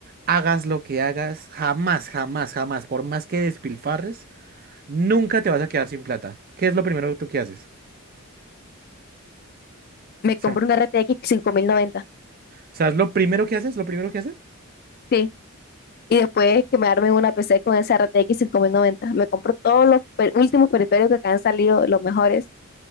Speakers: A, on the right; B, on the left.
A: hagas lo que hagas, jamás, jamás, jamás, por más que despilfarres, nunca te vas a quedar sin plata. ¿Qué es lo primero que tú que haces?
B: Me
A: O
B: compro
A: sea,
B: una RTX noventa.
A: ¿sabes lo primero que haces? ¿Lo primero que haces?
B: Sí. Y después que me armen una PC con esa RTX noventa, Me compro todos los per- últimos periféricos que han salido, los mejores.